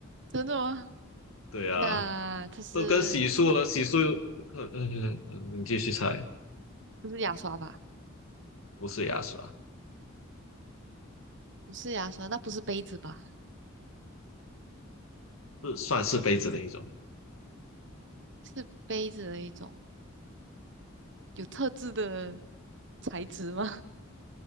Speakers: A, on the right; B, on the left.
A: 真的吗？
B: 对啊，
A: 那它是
B: 都跟洗漱了，洗漱又，呃嗯嗯，你继续猜，
A: 不是牙刷吧？
B: 不是牙刷，
A: 不是牙刷，那不是杯子吧？
B: 是算是杯子的一种。
A: 是杯子的一种有特制的材质吗？